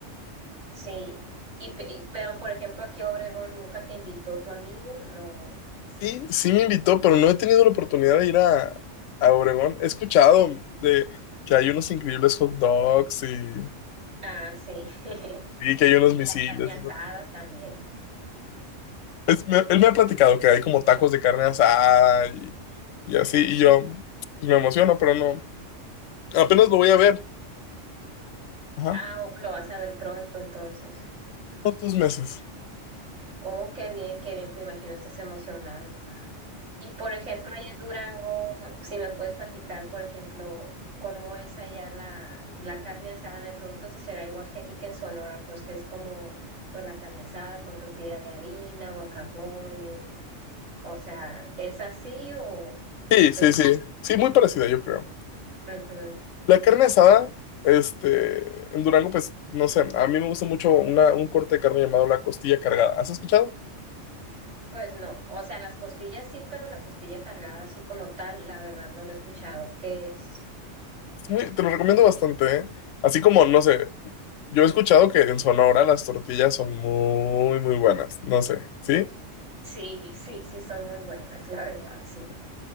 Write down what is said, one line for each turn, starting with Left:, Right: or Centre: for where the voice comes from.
Right: Sí, y, pe- y- pero por ejemplo aquí Obregón nunca te invitó tu amigo, no.
Left: Sí, sí me invitó, pero no he tenido la oportunidad de ir a, a Obregón. He escuchado de que hay unos increíbles hot dogs y,
Right: Ah, sí. <laughs>
Left: y que hay unos misiles.
Right: Y la carne
Left: y no-
Right: asada también.
Left: Es- me- él me ha platicado que hay como tacos de carne asada y, y así, y yo pues me emociono, pero no. Apenas lo
Right: Sí.
Left: voy a ver. Ajá,
Right: Ah, o- lo vas a ver pronto entonces.
Left: unos dos meses.
Right: Oh, qué bien, qué bien, pues imagino estás emocionado. Y por ejemplo, allá en Durango, si me puedes platicar, por ejemplo, cómo es allá la, la carne asada, me pregunto si será igual que aquí que en Sonora, pues que es como pues la carne asada con tortilla de harina, guacamole. O sea, ¿es así o
Left: Sí,
Right: se...
Left: sí, sí. Sí, muy parecida, yo creo.
Right: Ujú.
Left: La carne asada, este, en Durango, pues, no sé, a mí me gusta mucho una- un corte de carne llamado la costilla cargada. ¿Has escuchado?
Right: Pues no, o sea, las costillas sí, pero la costilla cargada así como tal, la verdad no la he escuchado, que es...
Left: Es muy- te lo recomiendo bastante, ¿eh? Así como, no sé, yo he escuchado que en Sonora las tortillas son muy, muy buenas. No sé, ¿sí?
Right: Sí, sí, sí, son muy buenas, la verdad, sí.